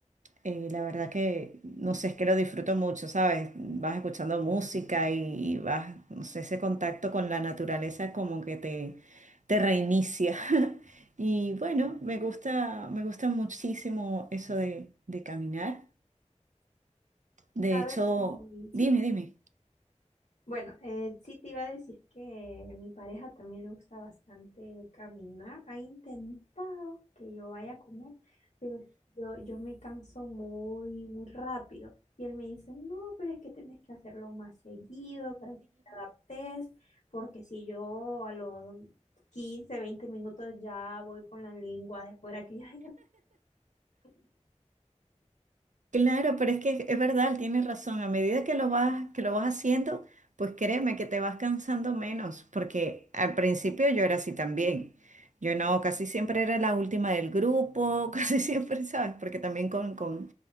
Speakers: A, on the right (about 85°); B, on the left (about 70°).
A: Eh, la verdad que, no sé, es que lo disfruto mucho, ¿sabes? Vas escuchando música y, y vas, no sé, ese contacto con la naturaleza como que te, te reinicia. Y bueno, me gusta, me gusta muchísimo eso de, de caminar. De
B: ¿sabes?
A: hecho, dime,
B: Sí,
A: dime.
B: Bueno, eh, sí te iba a decir que mi pareja también le gusta bastante caminar. Ha intentado que yo vaya con él, pero yo, yo me canso muy, muy rápido. Y él me dice, no, pero es que tenés que hacerlo más seguido para que te adaptes, porque si yo a los 15 20 minutos ya voy con la lengua de fuera, que ya <laughs>
A: Claro, pero es que es verdad, tienes razón. A medida que lo vas, que lo vas haciendo, pues créeme que te vas cansando menos, porque al principio yo era así también. Yo no, casi siempre era la última del grupo, <laughs> casi siempre, ¿sabes? Porque también con, con,